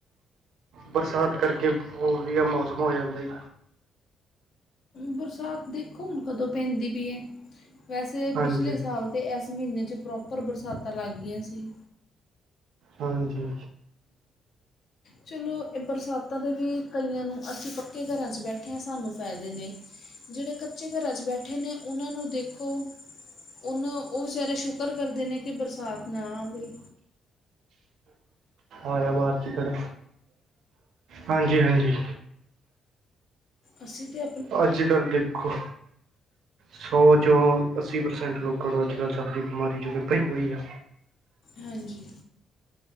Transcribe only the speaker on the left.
ਬਰਸਾਤ ਦੇਖੋ ਹੁਣ ਕਦੋਂ ਪੈਂਦੀ ਪਈ ਐ। ਵੈਸੇ
ਪਿਛਲੇ ਸਾਲ ਤੇ ਇਸ ਮਹੀਨੇ 'ਚ ਪ੍ਰੋਪਰ ਬਰਸਾਤਾਂ ਲੱਗ ਗਈਆਂ ਸੀ।
ਚਲੋ ਇਹ ਬਰਸਾਤਾਂ ਦੇ ਵੀ ਕਈਆਂ ਨੂੰ, ਅਸੀਂ ਪੱਕੇ ਘਰਾਂ 'ਚ ਬੈਠੇ ਹਾਂ ਸਾਨੂੰ ਫਾਇਦੇ ਨੇ ਜਿਹੜੇ ਕੱਚੇ ਘਰਾਂ ਚ ਬੈਠੇ ਨੇ ਉਹਨਾਂ ਨੂੰ ਦੇਖ ਖੋ, ਉਹਨੂੰ ਉਹ ਵਿਚਾਰੇ ਸ਼ੁਕਰ ਕਰਦੇ ਨੇ ਕਿ ਬਰਸਾਤ ਨਾ ਆਵੇ
ਅਸੀਂ ਤੇ
ਹਾਂਜੀ।